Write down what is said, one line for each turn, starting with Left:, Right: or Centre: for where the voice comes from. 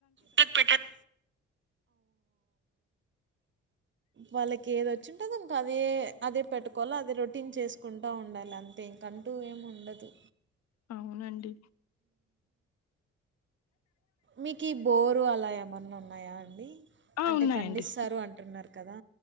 Right: కి పెంటడం వాళ్ళకి ఏదొచ్చింటే అది ఇంకా అదే అదే పెట్టుకోవాలో అదే రొటీన్ చేసుకుంటూ ఉండాలి అంతే ఇంకంటూ ఏం ఉండదు
Left: అవునండి
Right: మీకు ఈ బోరు అలా ఏమన్నా ఉన్నాయా అండి
Left: ఆ
Right: అంటే
Left: ఉన్నాయండి
Right: పండిస్తారు అంటున్నారు కదా